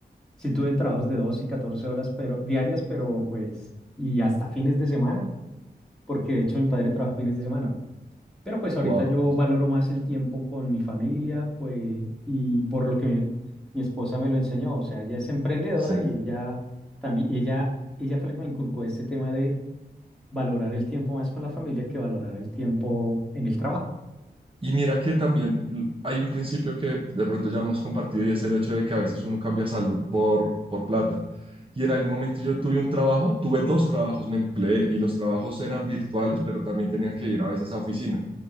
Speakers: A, in the centre; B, on the right (about 30°).
A: sí tuve trabajos de 12 y 14 horas pero, diarias, pero pues, y hasta fines de semana, porque de hecho mi padre trabaja fines de semana, pero pues ahorita
B: Wow,
A: yo valoro más el tiempo con mi familia, pues, y por lo que mi, mi esposa me lo enseñó, o sea, ella es emprendedora
B: sí.
A: y ella también, ella, ella fue la que me inculcó este tema de valorar el tiempo más con la familia que valorar el tiempo en el trabajo.
B: Y mira que también hay un principio que de pronto ya hemos compartido y es el hecho de que a veces uno cambia salud por, por plata. Y en algún momento yo tuve un trabajo, tuve dos trabajos, me empleé y los trabajos eran virtuales, pero también tenía que ir a veces a oficina.